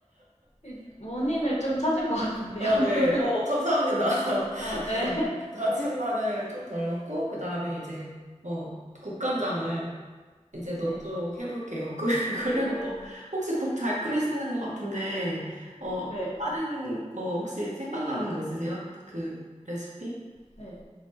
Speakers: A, on the left; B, on the right.
A: 이 원인을 좀 찾은 것 같은데요.
B: 아
A: <laughs>
B: 네 어 감사합니다 <laughs>
A: 아, 네.
B: 다진 마늘 좀 덜 넣고 그 다음에 이제 어 국간장을 이제
A: 네.
B: 넣도록 해볼게요. <laughs> 그- 그리고
A: 네.
B: 또 혹시 국 잘 끓이시는 것 같은데 어
A: 네.
B: 다른 거 혹시 생각나는 거 있으세요? 그 레시피?
A: 네.